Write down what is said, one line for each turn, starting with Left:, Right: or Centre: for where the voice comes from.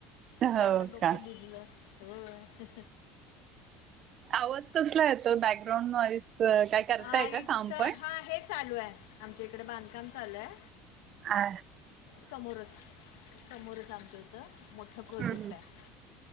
Left: मग
Right: हो
Left: आता डोकं
Right: का?
Left: भिजल होय.
Right: आवाज कसला येतो बॅकग्राउंड वाईज काय. करताय
Left: आ
Right: का
Left: इथं
Right: काम पण?
Left: हा हे चालू आहे आमच्या इकडे बांधकाम चालू आहे.
Right: हा.
Left: समोरच समोरच आमच्याइथ मोठा प्रोजेक्ट
Right: हम्म हम्म.
Left: आहे.